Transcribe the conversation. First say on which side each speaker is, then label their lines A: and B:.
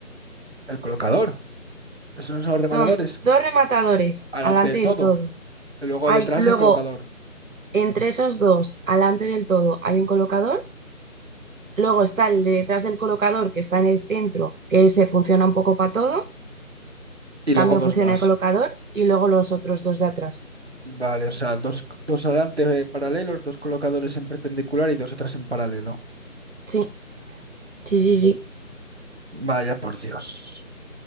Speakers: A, on the right; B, on the right.
A: ¿El colocador? ¿Esos no son los rematadores?
B: Son dos rematadores
A: Adelante
B: alante
A: del
B: del
A: todo.
B: todo.
A: Y luego
B: Hay
A: detrás
B: luego,
A: el colocador.
B: entre esos dos, alante del todo, hay un colocador. Luego está el de detrás del colocador, que está en el centro, que se funciona un poco para todo.
A: Y
B: También
A: luego dos
B: funciona
A: más.
B: el colocador. Y luego los otros dos de atrás.
A: Vale, o sea, dos, dos adelante eh, paralelos, dos colocadores en perpendicular y dos atrás en paralelo.
B: Sí, sí, sí, sí.
A: Vaya por Dios.